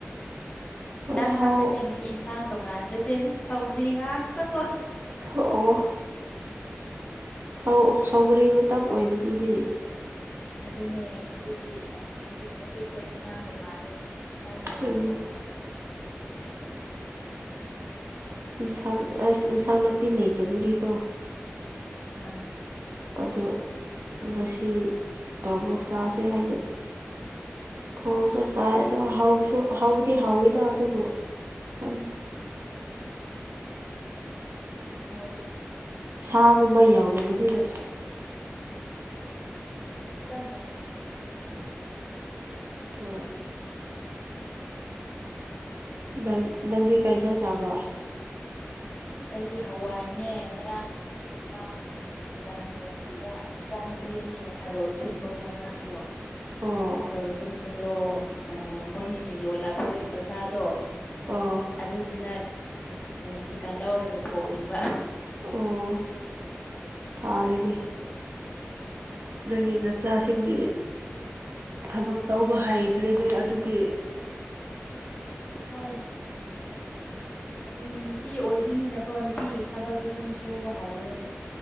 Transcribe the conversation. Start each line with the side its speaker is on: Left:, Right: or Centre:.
Right: ꯍꯣꯏ
Left: ꯅꯪ
Right: ꯍꯥꯎ
Left: ꯈꯛꯇꯅꯦ ꯉꯁꯤ ꯏꯟꯁꯥꯡ ꯇꯣꯡꯉꯥꯟꯕꯁꯦ ꯁꯧꯒ꯭ꯔꯤ ꯉꯥꯛꯇꯀꯣ
Right: ꯑꯣ ꯁꯧ ꯁꯧꯒꯔꯤ ꯃꯇꯝ ꯑꯣꯏꯕꯒꯤꯅꯦ
Left: ꯑꯗꯨꯅꯦ ꯁꯤꯗꯤ ꯑ ꯍꯧꯖꯤꯛ ꯍꯧꯖꯤꯛꯇ ꯏꯟꯁꯥꯡ ꯇꯣꯡꯉꯥꯜꯂꯦ ꯏꯟꯁꯥꯡ ꯇꯣꯡꯉꯥꯟꯕ
Right: ꯎꯝ
Left: ꯃꯈꯣꯟ ꯇꯥꯏ
Right: ꯏꯟꯁꯥꯡ ꯑꯁ ꯏꯟꯁꯥꯡ ꯅꯥꯄꯤ ꯂꯩꯇꯕꯒꯤꯀꯣ
Left: ꯃꯥꯅꯦ
Right: ꯑꯗꯨ ꯉꯁꯤ ꯇꯔꯣꯕꯣꯛ ꯆꯥꯁꯦ ꯍꯥꯏꯅ ꯊꯣꯡꯉꯒ ꯆꯥꯏ ꯑꯗꯣ‌ ꯍꯥꯎꯁꯨ ꯍꯧꯕꯗꯤ ꯍꯧꯥꯎꯋꯤꯗ ꯑꯗꯨꯕꯨ ꯐꯝꯗꯦ
Left: <unintelligible>
Right: ꯃꯥꯒꯨꯝꯕ ꯌꯥꯎꯗꯕꯗꯤꯗ
Left: <unintelligible>
Right: ꯍꯣꯏ ꯅꯪ ꯅꯪꯗꯤ ꯀꯔꯤ ꯆꯞ ꯆꯥꯕ꯭ꯔꯥ
Left: ꯑꯁ ꯑꯩꯗꯤ ꯍꯋꯥꯏꯅꯦ ꯉꯔꯥꯡꯒꯤ ꯏꯟꯁꯥꯡ ꯆꯤꯀꯟ ꯊꯣꯡꯕꯤꯕ ꯏꯆꯥ ꯅꯨꯨꯄꯤ ꯑꯅꯤꯅ ꯊꯥꯔꯛꯏ ꯄꯨꯟꯕꯀꯣ ꯉꯔꯥꯡꯗꯣ
Right: ꯑꯣ
Left: ꯊꯔꯣꯏ ꯀꯨꯟꯕꯗꯣ ꯃꯣꯏꯅꯤꯅ ꯌꯣꯜꯂꯥꯛꯄꯒꯤ ꯄꯩꯁꯥꯗꯣ
Right: ꯑꯣ
Left: ꯑꯗꯨꯗꯨꯅ ꯆꯤꯀꯥ ꯂꯧꯔꯒ ꯊꯣꯡꯕꯤꯕ
Right: ꯑꯣ ꯐꯔꯦꯅꯦ ꯅꯪꯒꯤ ꯅꯆꯥꯁꯤꯡꯒꯤ ꯊꯕꯛ ꯇꯧꯕ ꯍꯩꯈ꯭ꯔꯦꯅꯦ ꯑꯗꯨꯗꯤ
Left: ꯑ ꯍꯣꯏ ꯑꯗꯨꯝ ꯅꯨꯄꯤ ꯑꯣꯏꯕꯅꯤꯅꯀꯣ ꯅꯨꯄꯤꯒꯤ ꯊꯕꯛꯛꯇꯤ ꯑꯗꯨꯝ ꯁꯨꯕ ꯍꯧꯔꯦꯕ